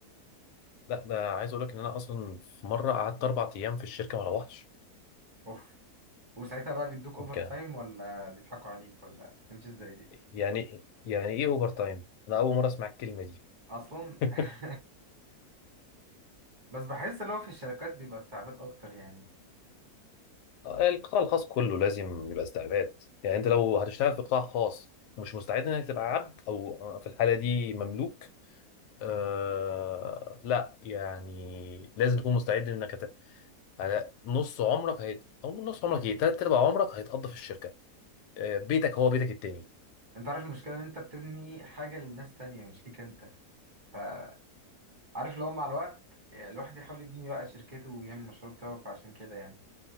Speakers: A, on the left; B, on the right.
A: لا ده عايز اقول لك ان انا اصلا في مره قعدت اربع ايام في الشركه ما روحتش
B: اوف وساعتها بقى بيدوك اوفر
A: كان
B: تايم ولا بيضحكوا عليك ولا تمشي ازاي دي
A: يعني يعني ايه اوفر تايم انا اول مره اسمع الكلمه دي
B: اصلا
A: <laughs>
B: <laughs> بس بحس اللي هو في الشركات بيبقى استعباد اكتر يعني
A: القطاع الخاص كله لازم يبقى استعباد يعني انت لو هتشتغل في قطاع خاص ومش مستعد انك تبقى عبد او في الحاله دي مملوك آه لا يعني لازم تكون مستعد انك هت... على نص عمرك هيت... او نص عمرك ايه تلات ارباع عمرك هيتقضى في الشركه آه بيتك هو بيتك التاني
B: انت عارف المشكله ان انت بتبني حاجه للناس تانية مش ليك انت فعارف اللي هو مع الوقت الواحد يحاول يبني بقى شركته ويعمل المشروع بتاعه فعشان كده يعني